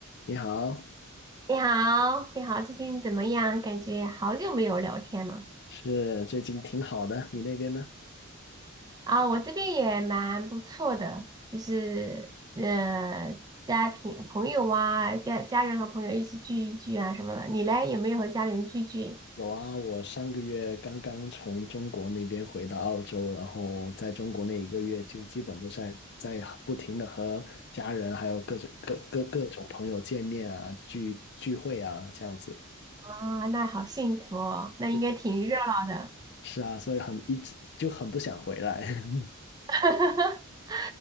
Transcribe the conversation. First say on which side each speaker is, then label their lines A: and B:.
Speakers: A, on the left; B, on the right.
A: 你好，
B: 你好，你好，最近怎么样？感觉好久没有聊天了
A: 是最近挺好的，你那边呢？
B: 啊，我这边也蛮不错的，就是呃，家庭、朋友啊，家家人和朋友一起聚一聚啊什么的。你嘞，有没有和家里人聚聚
A: 有啊，我上个月刚刚从中国那边回到澳洲，然后在中国那一个月就基本都在在不停的和家人还有各种各各各种朋友见面啊，聚聚会啊，这样子。
B: 啊？那好幸福哦，那应该挺热闹的。
A: 是是啊，所以很一直就很不想回来。<laughs>
B: <laughs>